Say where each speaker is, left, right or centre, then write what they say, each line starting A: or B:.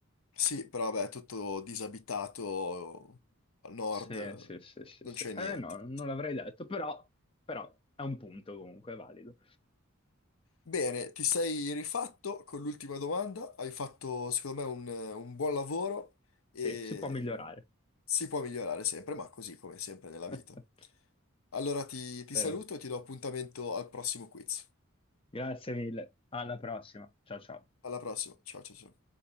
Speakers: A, on the left; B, on the left.
A: Sì, però vabbè, tutto disabitato al nord,
B: Sì, sì, sì, sì,
A: non
B: sì.
A: c'è
B: Eh
A: niente.
B: no, non l'avrei detto, però, però è un punto comunque, è valido.
A: Bene, ti sei rifatto con l'ultima domanda, hai fatto secondo me un, un buon lavoro e
B: Sì, si può migliorare.
A: si può migliorare sempre, ma così come sempre nella
B: <laughs>
A: vita. Allora ti, ti
B: Bene,
A: saluto e ti do appuntamento al prossimo quiz.
B: grazie mille. Alla prossima. Ciao ciao.
A: Alla prossima, ciao ciao ciao.